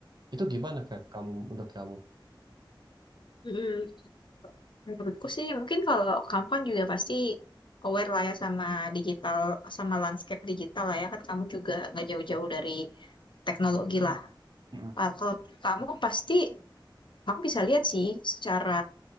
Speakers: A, on the right; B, on the left.
A: itu gimana Feb kamu menurut kamu
B: Mm. Menurutku sih mungkin kalau kamu kan juga pasti aware lah ya sama digital, sama landscape digital lah ya kan kamu juga nggak jauh-jauh dari teknologi lah.
A: Mm-mm.
B: Ah, Kalau kamu pasti kamu bisa lihat sih secara